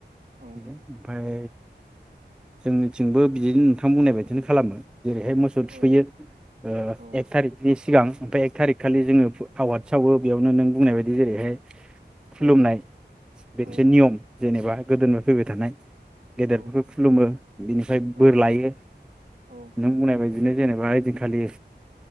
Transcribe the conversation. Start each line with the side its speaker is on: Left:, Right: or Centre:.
Right: औ
Centre: ओमफाय जोंनिथिंबो बिदिनो नोंथां बुंनाय बायदिनो खालामो। जेरैहाय मोसौ थुखैयो
Right: औ
Centre: ओ
Right: औ
Centre: एक थारिकनि सि सिगां ओमफाय एक थारिकखालि जोंङो फु आवाथि सावो बेयावनो नों बुंनाय बायदि जेरैहाय। खुलुमनाय
Right: औ
Centre: मोनसे
Right: औ
Centre: नियम जेनेबा गोदोनिफ्राय फैबाय थानाय। गेदेरफोर
Right: औ
Centre: खुलुमो बिनिफ्राय
Right: औ
Centre: बोर लायो
Right: औ
Centre: नों बुंनाय बायदि बिदिनो जेनेबा ओइदिनखालि